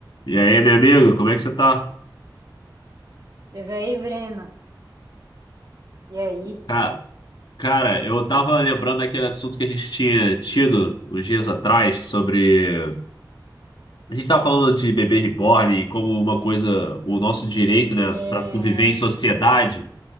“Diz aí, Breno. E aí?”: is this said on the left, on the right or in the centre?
Right